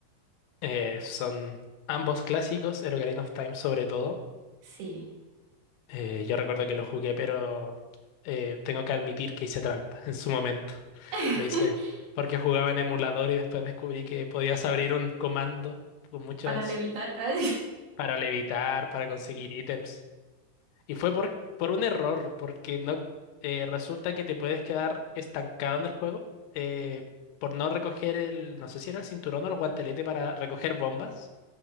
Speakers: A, on the left; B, on the right.
A: Eh, son ambos clásicos, el Ocarina of Time sobre todo.
B: Sí.
A: Eh, yo recuerdo que lo jugué, pero eh, tengo que admitir que hice trampa <laughs> en su momento.
B: <laughs>
A: Lo hice porque jugaba en emulador y después descubrí que podías abrir un comando con muchos
B: Para levitar. <laughs> Ay,
A: para levitar, para conseguir ítems. Y fue por, por un error, porque no eh, resulta que te puedes quedar estancado en el juego eh, por no recoger el, no sé si era el cinturón o el guantelete para recoger bombas.